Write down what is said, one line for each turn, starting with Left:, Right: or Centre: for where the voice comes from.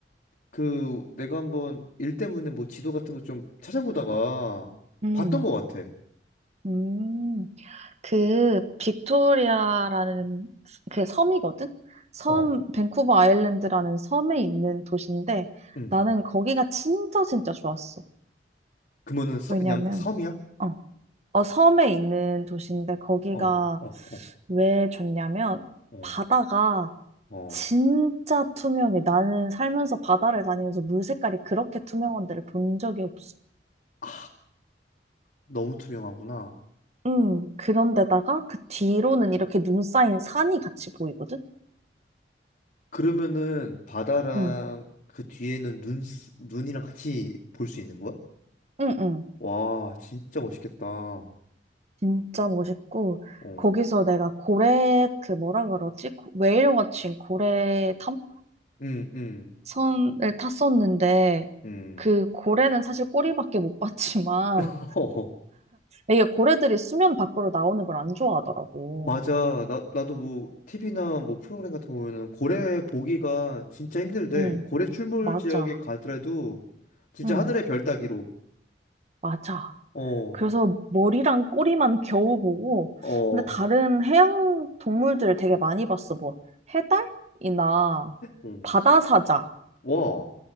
Left: 그, 내가 한번 일 때문에 뭐 지도 같은 거 좀 찾아보다가
Right: 음,
Left: 봤던 것 같아.
Right: 음. 그 빅토리아라는 그 섬이거든? 섬,
Left: 어,
Right: 밴쿠버 아일랜드라는 섬에 있는 도시인데
Left: 응.
Right: 나는 거기가 진짜 진짜 좋았어.
Left: 그러면은 서-
Right: 왜냐면
Left: 그냥 섬이야?
Right: 어, 어 섬에 있는 도시인데 거기가
Left: 어, 어, 어,
Right: 왜 좋냐면
Left: 어,
Right: 바다가
Left: 어.
Right: 진짜 투명해. 나는 살면서 바다를 다니면서 물 색깔이 그렇게 투명한 데를 본 적이 없어.
Left: 아, 너무 투명하구나.
Right: 음, 그런데다가 그 뒤로는 이렇게 눈 쌓인 산이 같이 보이거든?
Left: 그러면은 바다랑
Right: 응,
Left: 그 뒤에는 눈, 쓰- 눈이랑 같이 볼 수 있는 거야?
Right: 응, 응.
Left: 와, 진짜 멋있겠다. 어,
Right: 진짜 멋있고
Left: 응,
Right: 거기서 내가 고래 그 뭐라 그러지? 고- w h a l 고래
Left: 응,
Right: 탐사선을 탔었는데
Left: 응.
Right: 그 고래는 사실 꼬리밖에 못 봤지만
Left: <laughs>
Right: 이게 고래들이 수면 밖으로 나오는 걸 안 좋아하더라고.
Left: 맞아. 나, 나도 뭐, TV나 뭐 프로그램 같은 거 보면은 고래 보기가 진짜 힘들대.
Right: 응,
Left: 고래 출몰
Right: 맞아.
Left: 지역에 가더라도 진짜
Right: 응,
Left: 하늘의 별 따기로.
Right: 맞아.
Left: 어,
Right: 그래서 머리랑 꼬리만 겨우 보고
Left: 어,
Right: 근데 다른 해양 동물들을 되게 많이 봤어. 뭐 해달이나
Left: 어.
Right: 바다사자
Left: 와,